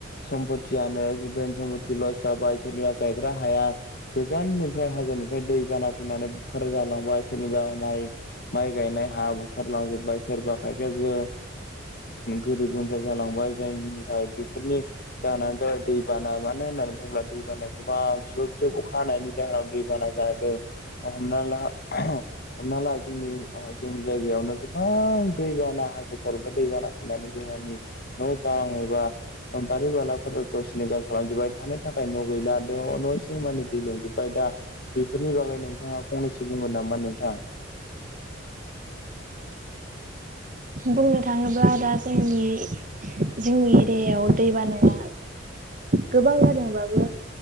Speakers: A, on the left (about 50°); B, on the right (about 40°).
A: सम्पतयानो धोन सम्पत लस जाबा य सोनिबा गायग्रा हाया गोजाननिफ्राय हाजोनि ओमफ्राय दै बाना फैनानै बुखार जालांबाय सोरनिबा माइ माइ गायनाय हा बुखारलांजोब्बाय सोरबा खायफायाबो गोरिब गुन्द्रा जालांबाय जायनि थाखाय बेफोरनि जाहोनानो जाबाय दै बाना माने मानो होननानै बुंङोब्ला दैबाना गोबां जुब जुब अखा हानायनि जाहोनाव दैबाना जादों हमना ला हमना ला जोंनि जोंनि जायगायावनो गोबां दैबाना हाजो खरनिफाय दै बाना फैनानै जोंनि न' बां एबा बारि बालाफोरखौ सिलिंखार खालामजोबबाय थानो थाखाय न' गैला न' सिं मानि दै लोमजोब्बाय दा बेफोरनि बागै नोंथाङा फंनैसो बुंगोन नामा नोंथां
B: बुंनो थाङोब्ला दा जोंनि जोंनि एरियायाव दै बानाया
A: <inaudible>
B: गोबां जादोंबाबो